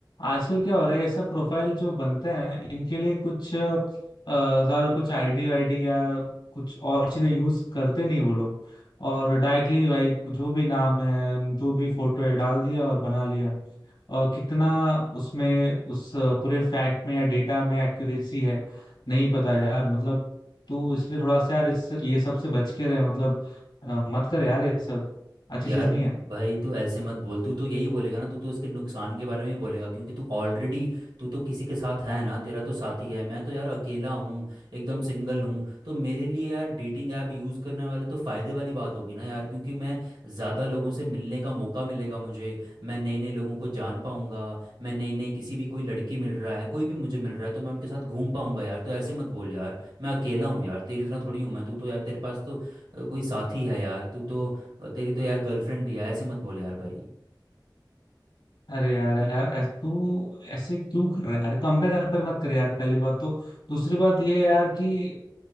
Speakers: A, on the left; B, on the right.
A: आजकल क्या हो रहा है ये सब प्रोफाइल जो बनते हैं इनके लिए कुछ अ, ज्यादा कुछ आईडी वाईडी या कुछ और चीजें यूज करते नहीं वो लोग और डायरेक्टली भाई जो भी नाम है जो भी फोटो है डाल दिया और बना लिया और कितना उसमें उस पूरे फैक्ट में या डेटा में एक्यूरेसी है नहीं पता यार मतलब तो इसलिए थोड़ा सा यार इस ये सब से बच के रहे मतलब अ, मत कर यार ये सब अच्छी
B: यार
A: चीज नहीं है
B: भाई तू ऐसे मत बोल तू तो यही बोलेगा ना तू तो इसके नुकसान के बारे में ही बोलेगा क्योंकि तू ऑलरेडी तू तो किसी के साथ है ना तेरा तो साथी है मैं तो यार अकेला हूँ एकदम सिंगल हूँ तो मेरे लिए यार डेटिंग ऐप यूज़ करने वाले तो फ़ायदे वाली बात होगी ना यार क्योंकि मैं ज़्यादा लोगों से मिलने का मौका मिलेगा मुझे मैं नए नए लोगों को जान पाऊँगा मैं नए नए किसी भी कोई लड़की मिल रहा है कोई भी मुझे मिल रहा है तो मैं उनके साथ घूम पाऊँगा यार तो ऐसे मत बोल यार मैं अकेला हूँ यार तेरी तरह थोड़ी हूँ मैं तू तो यार तेरे पास तो अ, कोई साथी है यार तू तो और तेरी तो यार गर्लफ्रेंड भी है ऐसे मत बोल यार भाई
A: अरे यार यार ऐस, तू ऐसे क्यों कर रहा है यार कंपेयर पर मत कर यार पहली बात तो दूसरी बात ये है यार कि